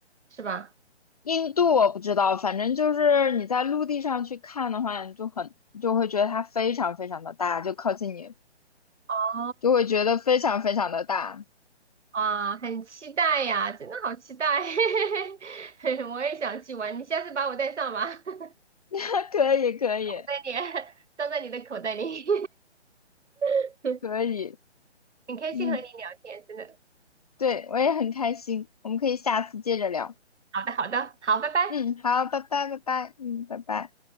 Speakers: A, on the right (about 80°); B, on the left (about 35°).
A: 是吧？
B: 印度我不知道，反正就是你在陆地上去看的话，你就很就会觉得它非常非常的大，就靠近你
A: 哦，
B: 就会觉得非常非常的大。
A: 哇，很期待呀，真的好期待，<laughs> 我也想去玩，你下次把我带上吧，<laughs> 我
B: <laughs> 可以，可以，
A: 带你，<laughs> 装在你的口袋里，<laughs>
B: 可以，
A: 很开心和你聊天，
B: 嗯，
A: 真的。
B: 对，我也很开心，我们可以下次接着聊。
A: 好的，好的，好，拜拜。
B: 嗯，好，拜拜，拜拜，嗯，拜拜。